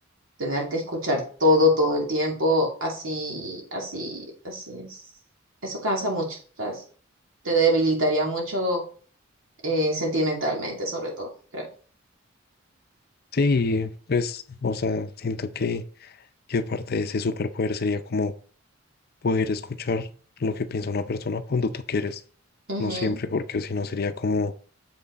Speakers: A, on the right; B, on the left.
A: tener que escuchar todo, todo el tiempo, así, así, así es. Eso cansa mucho, ¿sabes? te debilitaría mucho eh, sentimentalmente, sobre todo, creo.
B: Sí, pues, o sea, siento que, que parte de ese superpoder sería como poder escuchar lo que piensa una persona cuando tú quieres.
A: Ujú.
B: No siempre, porque si no sería como,